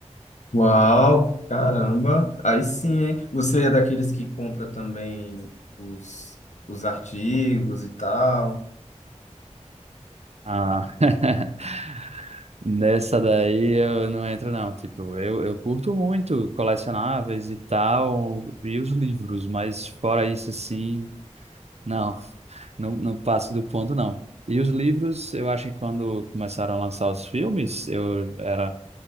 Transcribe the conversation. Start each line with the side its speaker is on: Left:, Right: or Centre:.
Left: Uau, caramba, aí sim, hein? Você é daqueles que compra também os, os artigos e tal.
Right: Ah, <laughs> nessa daí eu não entro não, tipo, eu, eu curto muito colecionáveis e tal, e os livros, mas fora isso, assim, não, <laughs> não, não passo do ponto não. E os livros, eu acho que quando começaram a lançar os filmes, eu era